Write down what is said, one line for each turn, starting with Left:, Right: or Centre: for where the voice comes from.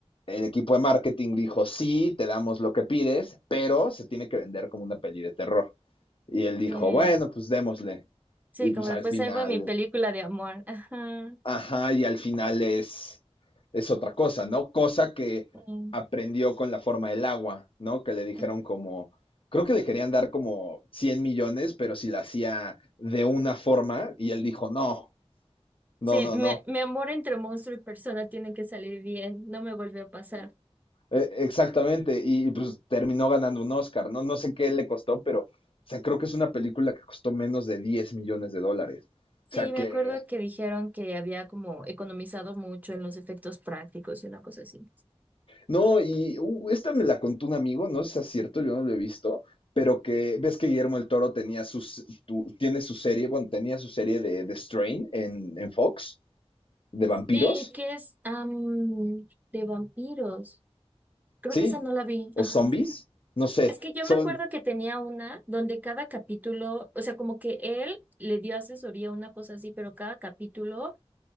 Left: el equipo de marketing dijo, sí, te damos lo que pides, pero se tiene que vender como una peli de terror. Y él dijo,
Right: Sí,
Left: bueno, pues démosle.
Right: sí,
Left: Y pues
Right: como después
Left: al final,
Right: ahí va mi película de amor. Ajá.
Left: ajá, y al final es, es otra cosa, ¿no? Cosa que
Right: Sí,
Left: aprendió con la forma del agua, ¿no? Que le
Right: ujú.
Left: dijeron como, creo que le querían dar como 100 millones, pero si la hacía de una forma, y él dijo, no, no,
Right: Sí,
Left: no,
Right: mi,
Left: no.
Right: mi amor entre monstruo y persona tiene que salir bien, no me volvió a pasar.
Left: Eh, Exactamente, y, y, pues terminó ganando un Oscar, ¿no? No sé qué le costó, pero, o sea, creo que es una película que costó menos de 10 millones de dólares.
Right: Sí,
Left: O sea, que,
Right: me acuerdo que dijeron que había como economizado mucho en los efectos prácticos y una cosa así.
Left: No, y uh, esta me la contó un amigo, no sé si es cierto, yo no lo he visto, pero que ves que Guillermo el Toro tenía sus, tu- tiene su serie, bueno, tenía su serie de, de Strain en, en Fox, de vampiros,
Right: Sí, que es am, de vampiros. Creo
Left: ¿sí?
Right: que esa no la vi.
Left: O
Right: Ajá.
Left: zombies, no sé,
Right: Es que yo
Left: son...
Right: me acuerdo que tenía una donde cada capítulo, o sea, como que él le dio asesoría, una cosa así, pero cada capítulo,